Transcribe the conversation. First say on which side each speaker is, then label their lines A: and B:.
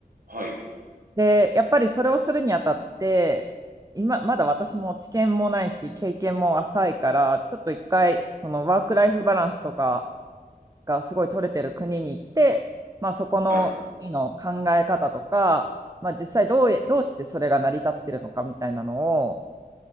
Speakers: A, on the right; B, on the right.
A: はい。
B: で、やっぱりそれをするにあたって、今、まだ私も知見もないし、経験も浅いから、ちょっと一回、そのワークライフバランスとか、がすごい取れてる国に行って、まあ、そこの国の考え方とか、
A: はい。
B: まあ、実際どうどうしてそれが成り立ってるのかみたいなのを、